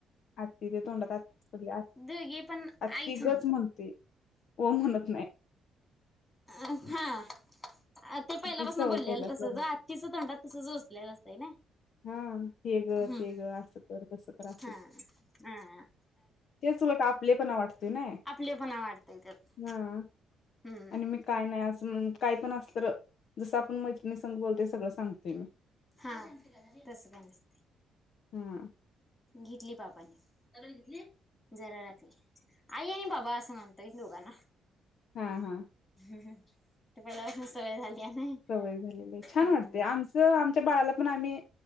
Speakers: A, on the left; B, on the left.
A: आतीच्या तोंडात आति पडल्या.
B: दोघी पण
A: आ तिघच
B: आईच
A: म्हणते. कोन म्हणत नाय.
B: अं हा. ते पहिल्यापासून
A: ती सवय
B: बोललेलं
A: पहिलाच
B: तसंच.
A: लागली
B: आत्तीच तोंडात तसंच बसलेलं असतंय ना.
A: हम्म. हे धर,
B: हम्म
A: ते धर, असं कर, तसं कर. राहतील.
B: हा हा
A: <inaudible> ते तुला का आपले पण वाटतय ना.
B: आपले पणा वाटतंय त्यात.
A: हा.
B: हम्म
A: आणि मी काय नाही असं काय पण असल तर जसं आपण मैत्रिणी संग बोलतोय सगळं सांगतोय मी
B: हा तसं काय नसत.
A: हा
B: घेतली पापाने घ जरा राखली आई आणि बाबा असं म्हणतोय दोघांना
A: हा हा
B: ते पहिल्यापासन सवय झाल्या नाही
A: सवय झालेली आहे छान
B: हम्म
A: वाटतय आमचं आमच्या बाळाला पण आम्ही